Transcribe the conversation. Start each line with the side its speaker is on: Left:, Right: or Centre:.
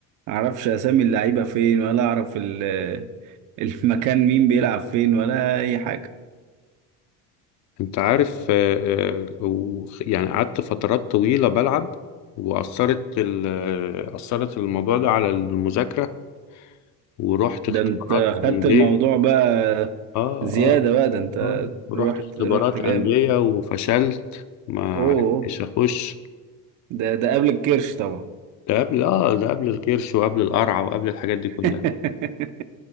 Right: ما اعرفش اسامي اللعيبه فين ولا اعرف ال- <laughs> المكان مين بيلعب فين ولا اي حاجه
Left: انت عارف آه، آه، و- يعني قعدت فترات طويلة بلعب وأثرت ال- آه، أثرت الموضوع ده على المذاكرة ورحت
Right: ده
Left: اختبارات
Right: انت
Left: أندية
Right: خدت الموضوع بقى
Left: اه
Right: زياده
Left: اه
Right: بقى ده انت
Left: اه رحت
Right: رحت
Left: اختبارات
Right: رحت جامد
Left: أندية وفشلت ما
Right: اوه
Left: عرفتش أخش
Right: ده ده قبل الكرش طبعا
Left: ده قبل اه ده قبل الكرش وقبل القرع وقبل الحاجات دي كلها
Right: <laughs>